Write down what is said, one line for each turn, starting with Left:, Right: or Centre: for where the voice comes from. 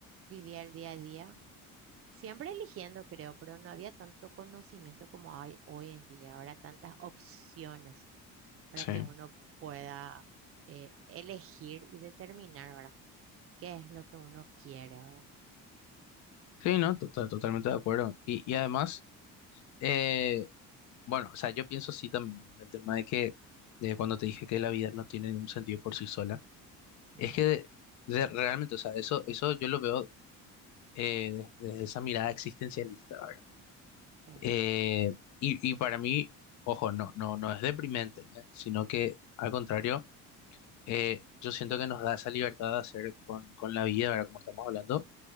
Right: Vivía el día a día Siempre eligiendo, creo, pero no había tanto conocimiento como hay hoy en día. Ahora tantas opciones para
Left: Sí,
Right: que uno pueda eh, elegir y determinar, ¿verdad? ¿Qué es lo que uno quiere, ¿verdad?
Left: sí,
Right: Mm,
Left: no, To- to- totalmente de acuerdo. Y, y además, eh, bueno, o sea, yo pienso sí también, ¿verdad? El tema de que de cuando te dije que la vida no tiene ningún sentido por sí sola,
Right: ujú,
Left: es que de- de- realmente, o sea, eso, eso yo lo veo eh, de- desde esa mirada existencialista, ¿verdad?
Right: sí.
Left: Eh, y, y para mí, ojo, no, no, no es deprimente, ¿eh? Sino que al contrario, eh, yo siento que nos da esa libertad de hacer con, con la vida, ¿verdad? Como estamos hablando